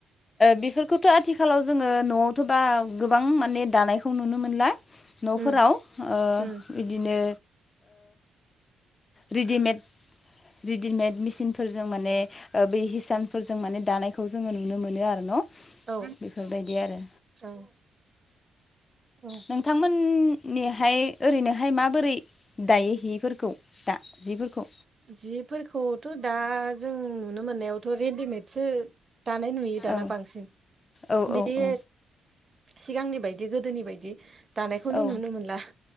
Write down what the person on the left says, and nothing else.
बेफोरखौथ' आथिखालाव जोङो न'आवथ' बा गोबां माने दानायखौ नुनो मोनला न'फोराव
बिदिनो रेडिमेड रेडिमेड मेचिनफोरजों माने बे हिसानफोरजों माने दानायखौ जोङो नुनो मोनो आरो न'
बेफोरबायदि आरो
नोंथांमोननिहाय ओरैनोहाय माबोरै दायो हिफोरखौ दा जिफोरखौ
औ
औ
औ औ
औ